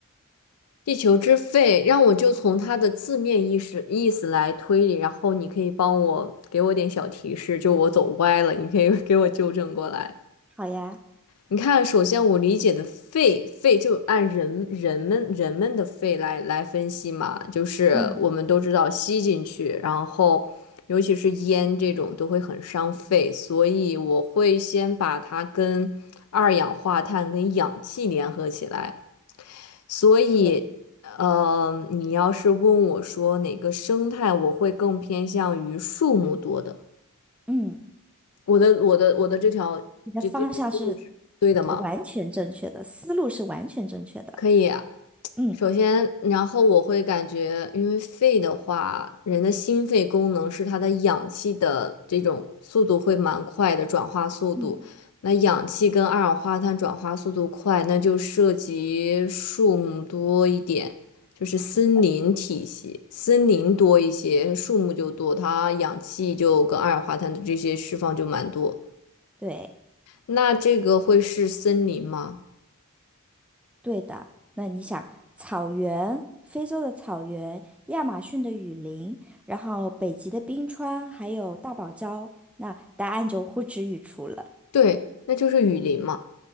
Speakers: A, on the left; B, in the centre.
A: 地球之肺，让我就从它的字面意思意思来推理，然后你可以帮我给我点小提示，就我走歪了，你可以 <laughs> 给我纠正过来。
B: 好呀，
A: 你看，首先我理解的肺，肺就按人人们人们的肺来来分析嘛，就是我们都知道吸进去，
B: 嗯，
A: 然后尤其是烟这种都会很伤肺，所以我会先把它跟二氧化碳跟氧气联合起来。所以，
B: 对，
A: 呃，你要是问我说哪个生态，我会更偏向于树木多的。
B: 嗯，
A: 我的我的我的这条这这个思路是对的吗？
B: 你的方向是完全正确的，思路是完全正确的。
A: 可以
B: 嗯，
A: 首先，然后我会感觉，因为肺的话，人的心肺功能是它的氧气的这种速度会蛮快的转化速度。
B: 嗯，
A: 那氧气跟二氧化碳转化速度快，那就涉及树木多一点，就是森林体系，
B: 对，
A: 森林多一些，树木就多，它氧气就跟二氧化碳的这些释放就蛮多。
B: 对。
A: 那这个会是森林吗？
B: 对的，那你想，草原，非洲的草原，亚马逊的雨林，然后北极的冰川，还有大堡礁，那答案就呼之欲出了。
A: 对，那就是雨林嘛。